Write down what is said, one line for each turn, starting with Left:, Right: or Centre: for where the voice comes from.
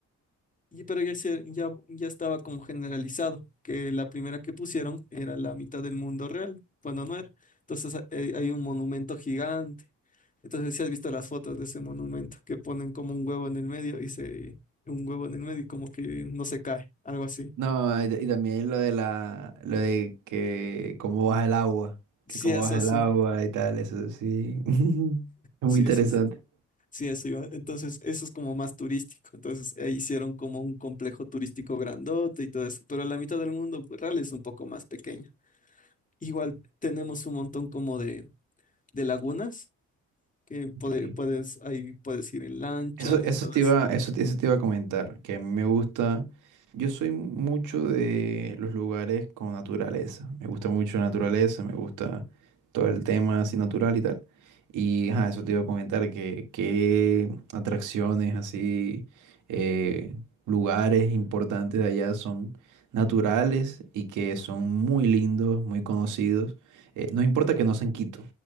Left: y, pero ya, se- ya, ya estaba como generalizado, que la primera que pusieron era la mitad del mundo real, cuando no era. Entonces ha- eh, hay un monumento gigante. Entonces si has visto las fotos de ese monumento, que ponen como un huevo en el medio y se... un huevo en el medio y como que no se cae, algo así.
Right: No, y, y también lo de la, lo de que cómo baja el agua,
Left: Sí,
Right: que cómo
Left: eso
Right: baja el
Left: sí,
Right: agua y tal, eso sí. <laughs> Es
Left: sí,
Right: muy interesante.
Left: eso es- sí, eso iba. Entonces eso es como más turístico. Entonces eh, hicieron como un complejo turístico grandote y todo eso, pero la mitad del mundo pues, real es un poco más pequeño Igual tenemos un montón como de de lagunas que puede-
Right: Ok.
Left: puedes, ahí puedes ir en lancha
Right: Eso, eso
Left: y todo
Right: te
Left: eso.
Right: iba, eso, te- eso te iba a comentar, que a mí me gusta, yo soy mucho de los lugares con naturaleza, me gusta mucho la naturaleza, me gusta todo el tema así natural y tal. Y ajá, eso te iba a comentar, que qué atracciones así, eh, lugares importantes de allá son naturales y que son muy lindos, muy conocidos. Eh, no importa que no sean Quito,